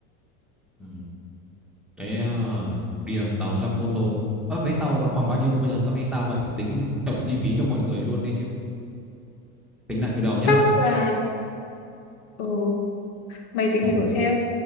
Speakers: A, in the centre; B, on the left.
A: Ừ. Thế ờ, đi bằng tàu ra Cô Tô. À, vé tàu nó khoảng bao nhiêu? Bây giờ tao nghĩ tao mày phải tính tổng chi phí cho mọi người luôn đi chứ. Tính lại từ đầu nhá.
B: chắc là ừ, mày tính
A: Ừ.
B: thử xem